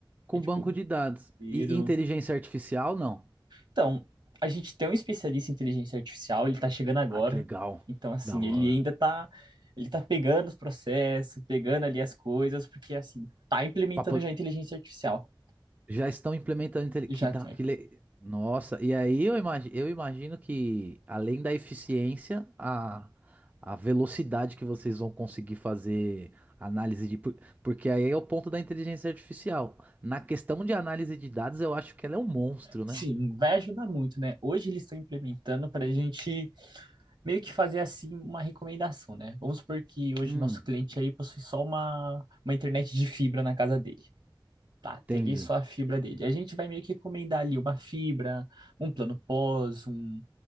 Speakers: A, on the right (about 20°); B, on the right (about 60°).
A: Com
B: É tipo,
A: banco de dados.
B: tiro.
A: E, e inteligência artificial, não?
B: Então, a gente tem um especialista em inteligência artificial, ele tá chegando agora.
A: Ah, que legal.
B: Então, assim,
A: Da hora.
B: ele ainda tá. Ele tá pegando os processos, pegando ali as coisas, porque, assim, tá implementando
A: Pra po-
B: já a inteligência artificial.
A: Já estão implementando. intele-
B: Já
A: Que da...
B: tem.
A: que le- Nossa, e aí eu imagino, eu imagino que, além da eficiência, a... a velocidade que vocês vão conseguir fazer análise de. por- Porque aí é o ponto da inteligência artificial. Na questão de análise de dados, eu acho que ela é um monstro,
B: Sim,
A: né?
B: vai ajudar muito, né? Hoje eles estão implementando para a gente meio que fazer assim uma recomendação, né? Vamos supor que hoje
A: Hum,
B: o nosso cliente aí possui só uma, uma internet de fibra na casa dele bate
A: entendi.
B: ali só a fibra dele. A gente vai meio que recomendar ali uma fibra, um plano pós, um,